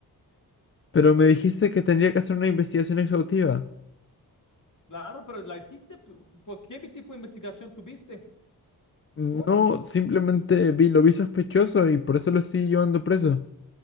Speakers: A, on the left; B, on the left.
A: Pero me dijiste que tendría que hacer una investigación exhaustiva.
B: Claro, pero la hiciste. pu- ¿cu- ¿Qué tipo de investigación tuviste?
A: No,
B: Ninguna.
A: simplemente vi, lo vi sospechoso y por eso lo estoy llevando preso.